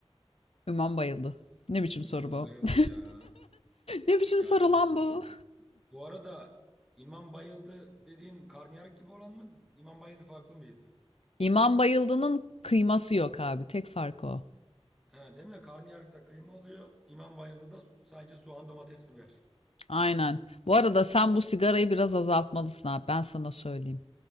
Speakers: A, on the left; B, in the centre.
A: İmam bayıldı. Ne biçim
B: İmam
A: soru bu?
B: bayıldı
A: <laughs>
B: ya.
A: Ne biçim
B: Yani
A: soru lan
B: bence
A: bu?
B: de. Bu arada İmam bayıldı dediğin karnıyarık gibi olan mı? İmam bayıldı farklı mıydı?
A: İmam Bayıldı'nın kıyması yok abi. Tek fark o.
B: Ha, değil mi? Karnıyarıkta kıyma oluyor. İmam bayıldı da su- sadece soğan, domates, biber.
A: Aynen. Bu arada sen bu sigarayı biraz azaltmalısın abi. Ben sana söyleyeyim.